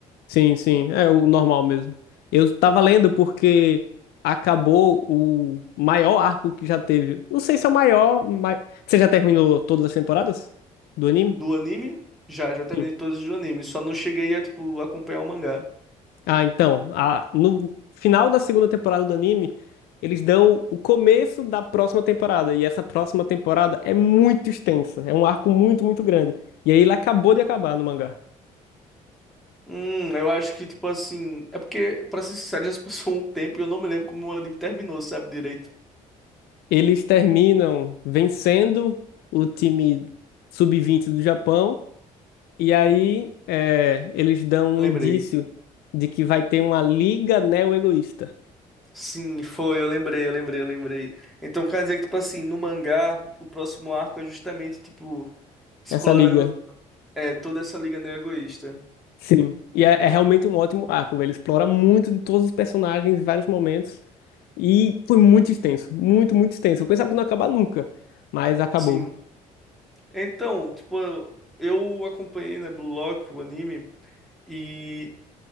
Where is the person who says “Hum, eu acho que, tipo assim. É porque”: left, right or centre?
Centre